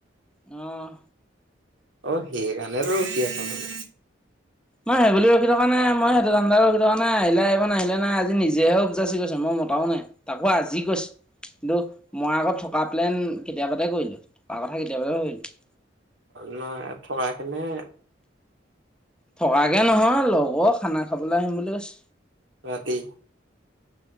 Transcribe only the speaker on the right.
অ সেই কাৰণে ৰ কি আছ মানে
নহয় থকাই কেনে
ৰাতি